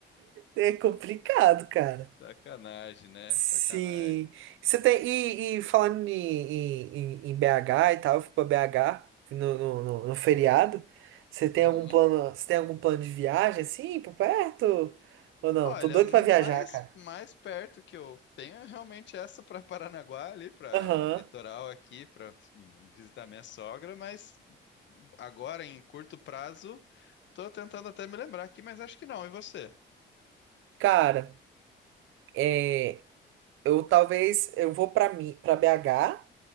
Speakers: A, on the right; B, on the left.
A: É complicado, cara.
B: Sacanagem, né?
A: Sim.
B: Sacanagem.
A: Você tem, e, e falando em, em, em em BH e tal, eu fui pra BH no, no, no, no feriado. Você tem
B: Uhum.
A: algum plano, você tem algum plano de viagem assim, por perto? Ou não?
B: Olha,
A: Tô doido
B: mais,
A: pra viajar, cara.
B: mais perto que eu tenho é realmente essa para Paranaguá, ali para
A: Aham.
B: o litoral aqui, para visitar minha sogra, mas agora em curto prazo, tô tentando até me lembrar aqui, mas acho que não. E você?
A: Cara, é, eu talvez eu vou pra mim, para BH,